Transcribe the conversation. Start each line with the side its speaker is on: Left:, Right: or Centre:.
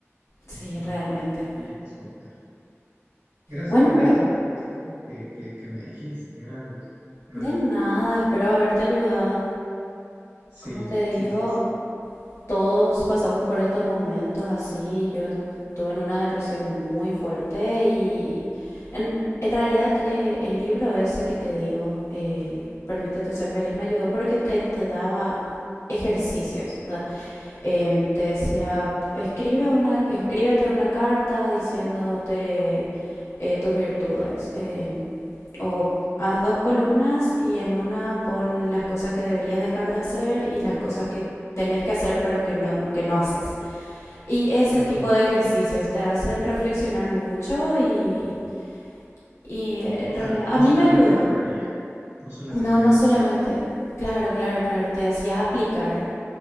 Left: sí,
Right: Ujú.
Left: realmente.
Right: Oye, qué súper. Gracias
Left: Bueno,
Right: por
Left: pero
Right: esto, por esto que, que, que me dijiste, gracias, gracias.
Left: de nada, espero haberte ayudado.
Right: Sí,
Left: Como te digo,
Right: sí, sí, sí.
Left: todos pasamos por estos momentos así. Yo estuve en una depresión muy fuerte y en, en realidad eh, el libro ese que te digo, el Permítete ser feliz, me ayudó porque te, te daba ejercicios. O sea, em, te decía, escribe una, escríbete una carta diciéndote eh, tus virtudes. em, o haz dos columnas y en una pon las cosas que deberías dejar de hacer y las cosas que tenés que hacer pero que no, que no haces. Y ese
Right: Mm.
Left: tipo de ejercicios te hacen reflexionar mucho y, y en
Right: O sea,
Left: realidad
Right: no
Left: a mí
Right: solamente
Left: me ayudó.
Right: era teoría, no solamente
Left: No,
Right: era
Left: no
Right: como
Left: solamente,
Right: que teoría.
Left: claro, claro, claro, te hacía aplicar